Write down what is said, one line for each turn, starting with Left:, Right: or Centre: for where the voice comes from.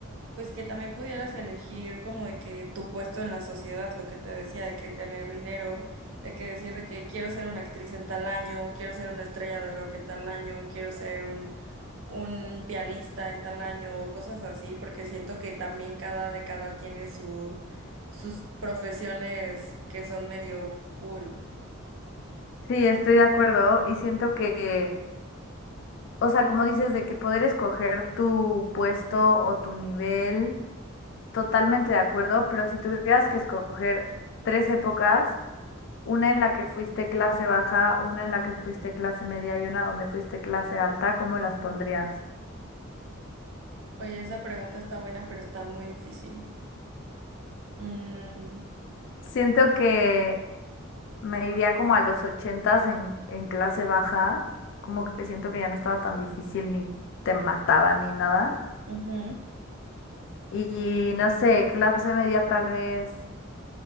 Right: Pues que también pudieras elegir como de que tu puesto en la sociedad, lo que te decía, de que tener dinero, de que decir de que quiero ser una actriz en tal año, quiero ser una estrella de rock en tal año, quiero ser un, un pianista en tal año, o cosas así, porque siento que también cada década tiene su, sus profesiones que son medio cool.
Left: Sí, estoy de acuerdo y siento que, o sea, como dices, de que poder escoger tu puesto o tu nivel, totalmente de acuerdo, pero si tuvieras que escoger tres épocas, una en la que fuiste clase baja, una en la que fuiste clase media y una donde fuiste clase alta, ¿cómo las pondrías?
Right: Oye, esa pregunta está buena, pero está muy difícil. Mm,
Left: Siento que me iría como a los ochentas en, en clase baja, como que siento que ya no estaba tan difícil ni te mataban ni nada.
Right: ujú.
Left: Y no sé, clase media tal vez,